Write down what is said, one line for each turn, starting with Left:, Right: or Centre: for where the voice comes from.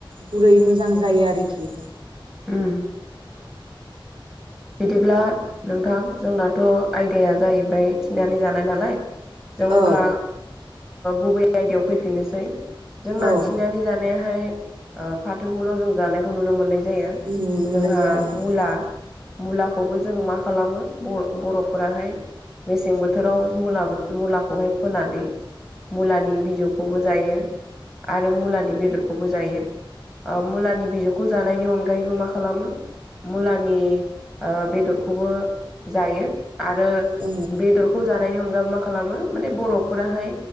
Right: गुरै मोजां जायो आरोखि
Centre: ओम बिदिब्ला नोंथां जोंनाथ' आयदाया जाहैबाय थिनानै जानाय नालाय जों
Right: औ
Centre: अब्ला गुबै आयदायाव फैफिननोसै जोंना
Right: औ
Centre: थिनानै जानायाहाय फाथोखौल' जों जानायखौ नुनो मोननाय जायो।
Right: नुनो मोननाय
Centre: जोंहा
Right: जाया औ
Centre: मुला मुलाखौबो जों मा खालामो बर बर'फोराहाय मेसें बोथोराव मु मुलाखौहाय फोनानै मुलानि बिजौखौबो जायो आरो मुलानि बेदरखौबो जायो मुलानि बिजौखौ जानायनि अनगायैबो मा खालामो मुलानि बेदरखौबो जायो आरो
Right: औ
Centre: बेदर खौ जानायनि अनगाै मा खालामो माने बर'फोराहाय